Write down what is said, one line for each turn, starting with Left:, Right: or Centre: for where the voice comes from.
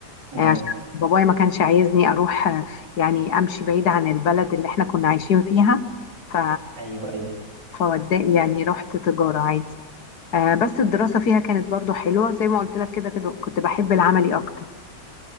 Right: آه
Left: آه عشان بابايا ما كانش عايزني أروح آه يعني أمشي بعيد عن البلد اللي احنا كنا عايشين فيها ف
Right: أيوه أيوه
Left: فود يعني رحت تجارة عادي آه بس الدراسة فيها كانت برضو حلوة زي ما قلت لك كده كده كنت بحب العملي أكتر